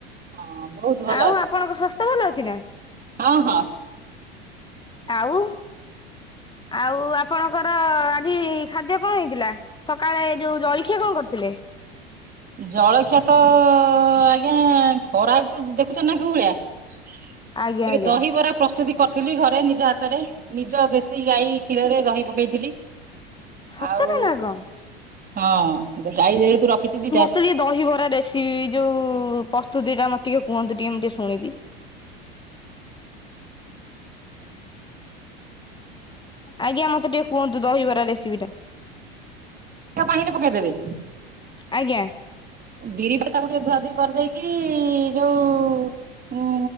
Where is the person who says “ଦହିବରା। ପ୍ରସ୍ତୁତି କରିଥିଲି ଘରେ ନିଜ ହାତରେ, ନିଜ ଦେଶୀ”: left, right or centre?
Right